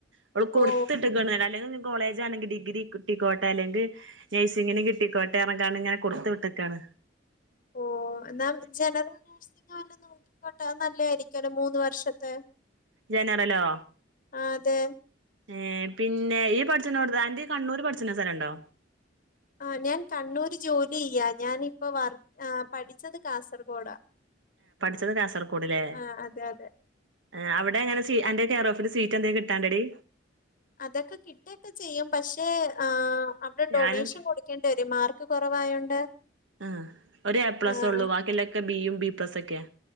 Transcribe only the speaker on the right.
അവള് കൊടുത്തിട്ടിക്ക്ണ്
അല്ലെങ്കിൽ കോളേജ് ആണെങ്കി ഡിഗ്രി കിട്ടിക്കോട്ടെ അല്ലെങ്കിൽ നഴ്സിങ്ങിന് കിട്ടിക്കോട്ടെ പറഞ്ഞ്കാണ്ട് ഇങ്ങനെ കൊട്ത്തു വിട്ടക്കാണ്
ജനറലോ
ഏ പിന്നെ ഈ പഠിച്ചിണ്ടോടുത്ത് അന്റെ ഈ കണ്ണൂര് പഠിച്ചണ സ്ഥലോണ്ടോ
ത് കാസർഗോഡിലേ
ആ അവിടെ എങ്ങനെ സീ അന്റെ കെയർ ഓഫില് സീറ്റ് എന്തെ കിട്ടാണ്ടെടി
ഞാനും
ആ ഒരു എ പ്ലസ്
ഉള്ളൂ ബാക്കിയൊല്ലൊക്കെ ബിയും ബിപ്ലസ് ഒക്കെയാ